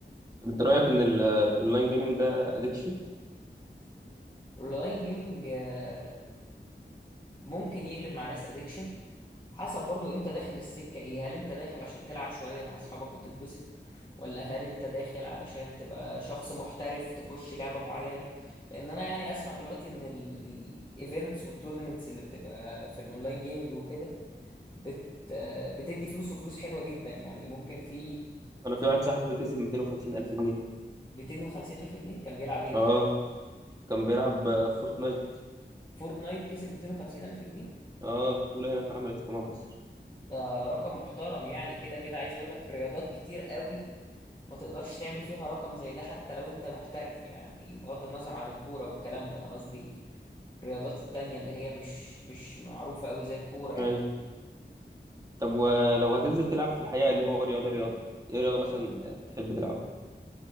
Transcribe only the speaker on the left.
يعني
الاونلاين جيمنج آه، ممكن يقلب مع ناس ادكشن حسب برضو انت داخل السكة ايه هل انت داخل عشان تلعب شوية مع اصحابك وتتبسط ولا هل انت داخل علشان تبقى شخص محترف تخش لعبة معينة لان انا يعني اسمع دلوقتي ان الايفنتس والتورنمنتس اللي بتبقى في الاونلاين جيمنج وكده بت آه، بتدي فلوس وفلوس حلوة جدا يعني ممكن في
250 ألف جنيه كان بيلعب ايه ده
فورتنايت كسب 250 ألف جنيه
ده رقم محترم يعني كده كده عايز اقول لك رياضات كتير قوي ما تقدرش تعمل فيها رقم زي ده حتى لو انت محترف يعني بغض النظر عن الكورة والكلام ده انا قصدي الرياضات التانية اللي هي مش مش معروفة قوي زي الكورة يعني